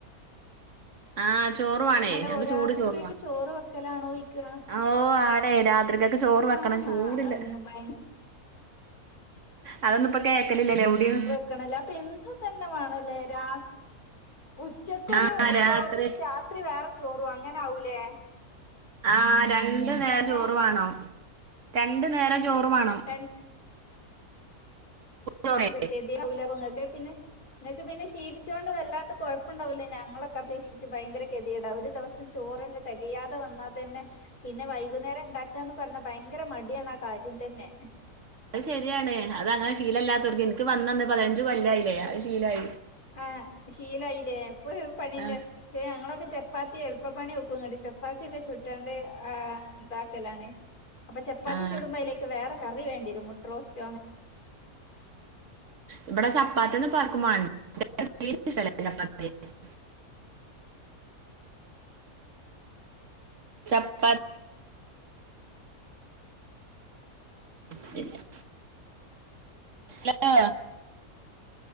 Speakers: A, on the right; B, on the left.
A: ആഹ് ചോറുവാണേ
B: ഹലോ
A: ഞങ്ങക്ക്
B: രാത്രിക്കേക്ക്
A: ചൂട് ചോറുവാ
B: ചോറ് വെക്കലാണോ ഇക്ക്യ
A: ഓ ആടെ രാത്രികക്ക് ചോറ് വെക്കണം
B: ആഹാ
A: ചൂട്ല്ലെ
B: ഒന്ന് ഭയങ്കര
A: അതൊന്നും ഇപ്പൊ കേക്കലില്ലലേ ഔഡ്ഡിം
B: ക്കണല്ലേ അപ്പം എന്നും ഇതന്നെ വാണല്ലേ രാ ഉച്ചക്കൊരു
A: ആഹ് രാത്രി
B: ചോറും രാത്രി വേറെ ചോറും അങ്ങനെ ആവുല്ലേ
A: ആ രണ്ടു നേരം ചോറ്
B: ഏ
A: വാണം രണ്ടു നേരം ചോറ് മാണം
B: രൺ
A: ചോറേ
B: ക്കെത്യോടാവൂലെ ഇങ്ങക്ക് പിന്നെ ഇങ്ങക്ക് പിന്നെ ശീലിച്ചോണ്ട് വല്ലാണ്ട് കൊഴപ്പണ്ടാവുല ഞങ്ങളൊക്കെ അപേക്ഷിച്ച് ഭയങ്കര കെത്യോടാ ഒരു ദിവസ് ചോറന്നെ തെകയാതെ വന്നാൽ തന്നെ പിന്നെ വൈകുന്നേരം ഇണ്ടാക്കാന്ന് പറഞ്ഞ ഭയങ്കര മടിയാണ് ആ കാര്യം തന്നെ
A: അത് ശരിയാണ് അത് അങ്ങനെ ശീലല്ലാത്തോർക്ക് ഇൻക്ക് വന്നന്ന് പതിനഞ്ച് കൊല്ലായില്ലേ അത് ശീലായി
B: ആഹ് ശീലായില്ലേ ഇപ്പൊ പണില്ല
A: ആഹ്
B: പക്ഷേ ഞങ്ങളൊക്കെ ചപ്പാത്തി എളുപ്പപ്പണി നോക്കും ങ്ങട്ട് ചപ്പാത്തി ഒക്കെ ചുട്ടാണ്ട് ആ താക്കലാണ് അപ്പൊ ചപ്പാത്തി
A: ആഹ്
B: ചൂടുമ്പോ അയ്ലേക്ക് വേറെ കറി വേണ്ട്യരും മുട്ടറോസ്റ്റോ അങ്ങനെ
A: ഇവിടെ ചാപ്പാത്തിന്നും പ്പ ആർക്കും വാണ്ട <unintelligible>
B: <inaudible>
A: ചപ്പാ ത്തില്ല ഹലോ